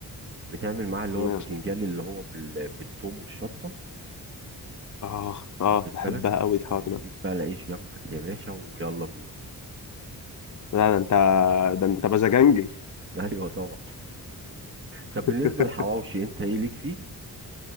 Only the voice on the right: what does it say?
بتعمل معاها اللي
هو البتنجان اللي هو بال... بالثوم والشطه
واخد
بالك
وتجيب
بقى العيش جنبك يا باشا ويلا بينا
<laughs> ايوه طبعا طب
بالنسبة للحواوشي انت ايه ليك فيه؟